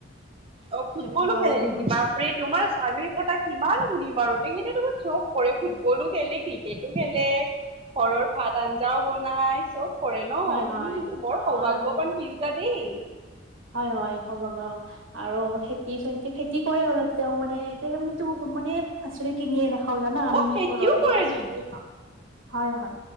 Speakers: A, on the right (about 30°); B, on the right (about 80°).
A: অ ফুটবলো
B: তেনেকুৱা
A: খেলে
B: আৰু
A: নেকি
B: হয়
A: বাপৰে তোমাৰ স্বামীৰ কথা কিমান শুনিম আৰু তেখেতে দেখোন চখ কৰে ফুটবলো খেলে ক্ৰিকেটো খেলে ঘৰৰ ভাত আঞ্জাও বনাই চব কৰে ন
B: হয় হয়
A: তুমি
B: হয়
A: কিন্তু বৰ
B: অ
A: সৌভাগ্যৱান
B: আৰু
A: তিৰোতা দেই।
B: হয় হয় হ'ব বাৰ আৰু খেতি চে খেতি কৰে অলপ তেওঁও মানে এতিয়া। মানে আচৰি কিনিয়ে নাখাও জানা আমি
A: অ খেতিও
B: মানে ঘৰৰে
A: কৰে
B: পাচলিয়ে
A: নেকি
B: খাওঁ হয় হয়।